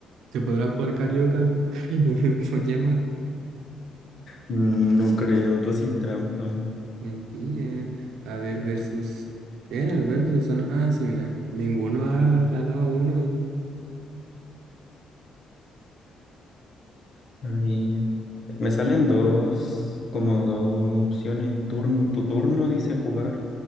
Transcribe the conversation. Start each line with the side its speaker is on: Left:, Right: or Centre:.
Right: Se podrá jugar carioca <laughs> por llamar.
Left: Mm, No creo, tú haces trampa.
Right: Mentira. A ver, versus. En el versus, ¿o no? Ah, sí, mira. Ninguno ha ganado uno.
Left: A ver. Me salen dos, como dos opciones. Turno, tu turno dice jugar.